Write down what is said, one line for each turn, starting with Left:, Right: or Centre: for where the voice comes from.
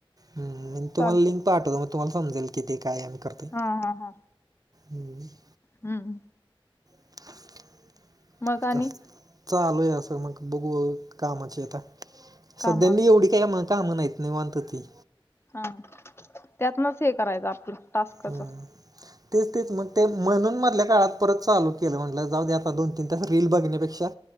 Right: हम्म तुम्हाला
Left: चालतंय
Right: लिंक पाठवतो मग तुम्हाला समजेल किती काय आम्ही करतो
Left: हा हा हा.
Right: हम्म <inaudible>
Left: हम्म.
Right: <inaudible>
Left: मग आणि
Right: चालू आहे असं मग बघू कामाचे आता
Left: कामात
Right: सध्यानी एवढी
Left: लगेच.
Right: काय आम्हाला काम नाहीत निवांत आहे मी
Left: हा त्यातनच हे करायचं आपलं टास्काच
Right: हम्म तेच तेच मग ते म्हणून मधल्या काळात परत चालू केलं म्हटलं जाऊदे आता दोन तीन तास रील बघण्यापेक्षा